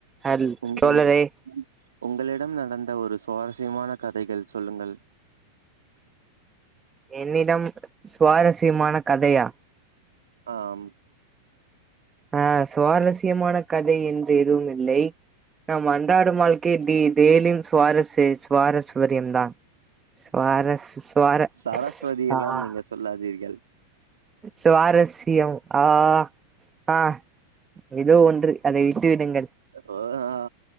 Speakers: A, on the right; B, on the right.
A: ஹல்
B: உங்கள்
A: தோழரே
B: உங்களில் இடம் நடந்த ஒரு சுவாரஸ்யமான கதைகள் சொல்லுங்கள்
A: என்னிடம் சுவாரஸ்யமான கதையா
B: ஆம்
A: ஆ சுவாரஸ்யமான கதை என்று எதுவும் இல்லை நம் அன்றாடும் வாழ்க்கை தே டெய்லியும் சுவாரசே சுவாரஸ்வரியம்தா சுவாரஸு சுவார
B: சரஸ்வதி எல்லாம்
A: அ ஆ
B: நீங்க சொல்லாதீர்கள்
A: சுவாரஸ்யம் ஆ ஆ எதோ ஒன்று அதை விட்டு விடுங்கள்
B: ஒ ஆ